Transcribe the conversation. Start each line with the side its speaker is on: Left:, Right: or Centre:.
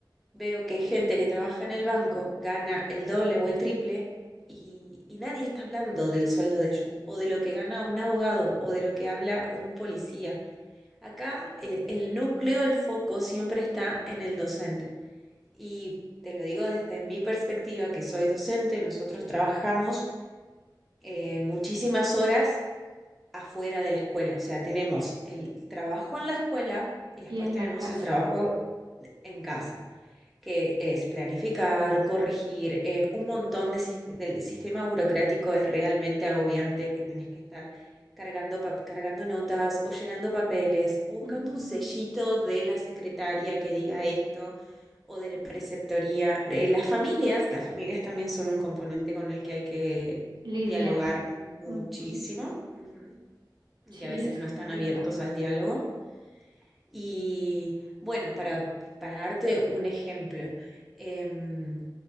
Centre: veo que gente que trabaja en el banco gana el doble o el triple y, y nadie está hablando del sueldo de ellos, o de lo que gana un abogado, o de lo que habla un policía. Acá eh, el núcleo, el foco siempre está en el docente. Y te lo digo desde mi perspectiva, que soy docente, nosotros trabajamos eh, muchísimas horas afuera de la escuela. O sea, tenemos el trabajo en la escuela y después
Right: y en
Centre: tenemos
Right: la casa.
Centre: el trabajo en casa, que es planificar, corregir, eh, un montón de sist- del sistema burocrático es realmente agobiante que tenés que estar cargando, pa- cargando notas o llenando papeles o buscando
Right: Ujú.
Centre: un sellito de la secretaria que diga esto o de la preceptoría. Eh, las familias, las familias también son un componente con el que hay que
Right: Lidiar.
Centre: dialogar muchísimo.
Right: Ujú.
Centre: Ujú
Right: Sí,
Centre: que a veces
Right: es
Centre: no
Right: complicado.
Centre: están abiertos al diálogo. Y bueno, para, para darte un ejemplo, em,